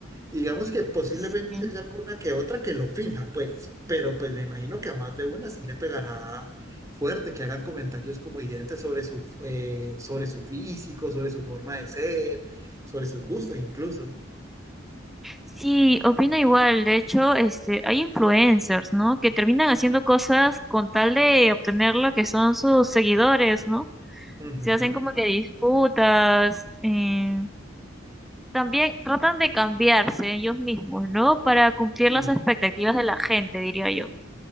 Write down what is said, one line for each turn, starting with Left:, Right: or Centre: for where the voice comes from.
Right: Digamos que posiblemente
Centre: Sí.
Right: si haya alguna que otra que lo finja, pues, pero pues me imagino que a más de una sí le pegará fuerte, que hagan comentarios como hirientes sobre su, eh, sobre su físico, sobre su forma de ser, sobre sus gustos incluso.
Centre: Sí, opino igual. De hecho, este, hay influencers, ¿no? Que terminan haciendo cosas con tal de obtener lo que son sus seguidores, ¿no?
Right: Ujú,
Centre: Se hacen como que disputas. eh, También tratan de cambiarse ellos mismos, ¿no? Para cumplir
Right: Sí,
Centre: las expectativas de la gente, diría yo.